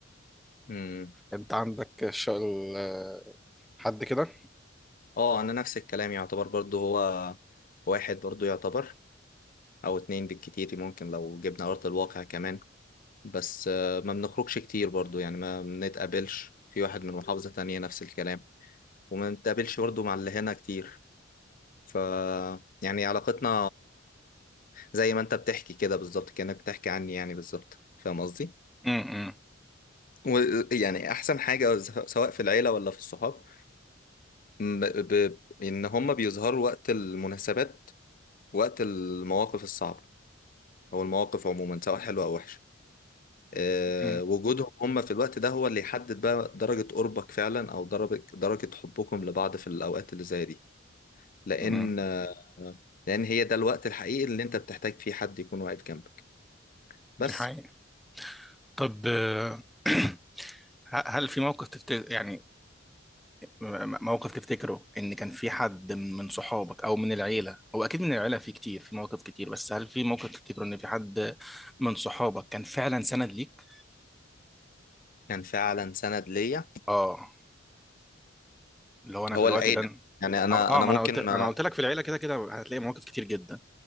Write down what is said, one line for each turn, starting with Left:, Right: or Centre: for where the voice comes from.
Left: امم
Centre: أنت عندك ش... ال- حد كده؟
Left: اه انا نفس الكلام يعتبر برضو هو واحد برضو يعتبر او اتنين بالكتير ممكن لو جبنا ارض الواقع كمان بس آه، ما بنخرجش كتير برضو يعني ما بنتقابلش في واحد من محافظة تانية نفس الكلام وما بنتقابلش برضو مع اللي هنا كتير ف يعني علاقتنا زي ما انت بتحكي كده بالظبط كأنك بتحكي عني يعني بالظبط فاهم قصدي
Centre: امم
Left: ويعني احسن حاجة س- سواء في العيلة ولا في الصحاب م- ب... ان هم بيظهروا وقت المناسبات وقت المواقف الصعبة او المواقف عموما سواء حلوة او وحشة أه
Centre: امم
Left: وجودهم هم في الوقت ده هو اللي يحدد بقى درجة قربك فعلا او درجة درجة حبكم لبعض في الاوقات اللي زي دي لان
Centre: امم
Left: آه، لان هي ده الوقت الحقيقي اللي انت بتحتاج فيه حد يكون واقف جنبك بس
Centre: دي حقيقة طب آه، <clears throat> ه- هل في موقف تفتكر يعني م- موقف تفتكره ان كان في حد من من صحابك او من العيله هو اكيد من العيله في كتير في مواقف كتير بس هل في موقف تفتكره ان في حد من صحابك كان فعلا سند ليك
Left: كان فعلا سند ليا
Centre: اه اللي هو انا
Left: هو
Centre: في الوقت
Left: العيلة
Centre: ده
Left: يعني انا
Centre: اه آه،
Left: انا
Centre: ما
Left: ممكن
Centre: انا قلت انا
Left: ما
Centre: قلت لك في العيله كده كده هتلاقي مواقف كتير جدا